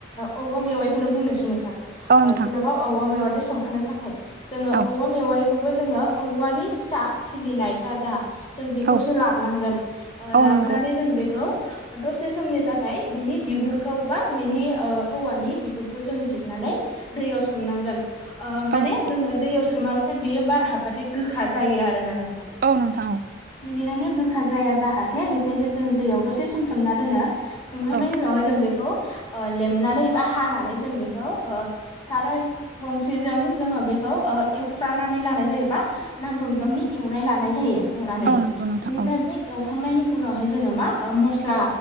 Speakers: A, on the left; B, on the right.
A: ओ औवा मेवाइखौनो बुंनोसै नोंथां
B: औ
A: ओ
B: नोंथां
A: जेन'बा औवा मेवायदो संफानो थाखाय जोङो
B: औ
A: औवा मेवाय खौबो जोङो औवानि फिसा खिलिनाय गाजा जों बेखौसो
B: औ
A: लाबनांगोन ओ
B: औ
A: लाबोनानै
B: नंगौ
A: जों बेखौ दसे समनि थाखाय बिनि बिगुरखौ बा बिनि ओ औवानि बिगुरखौ जों जिरनानै दैयाव सोमनांगोन ओ
B: औ
A: माने
B: नोंथां
A: जोङो दैयाव सोमाबाथाय बेयो बार हाबबाथाय गोखा जायो आरोना नोंथां।
B: औ नोंथां औ
A: बेनिखायनो गोखा जाया जाहाथे बेखायनो जों दैयाव दसे सम सोमना दोनो। सोमखांनायनि
B: औ
A: उनावहाय जों बेखौ ओ लेमनानै बा हानानै जों बेखौ ओ साराय गंसेजों जोङो बेख खौ ओ एवफ्रानानै लानाय जायोबा नांगौ बिबांनि एवनाय लानाय जायो। एवनानै
B: औ नंगौ नोंथां
A: बेनिफ्राय
B: औ
A: बे एवखांनायनि उनावहाय जोङो मा ओ मस्ला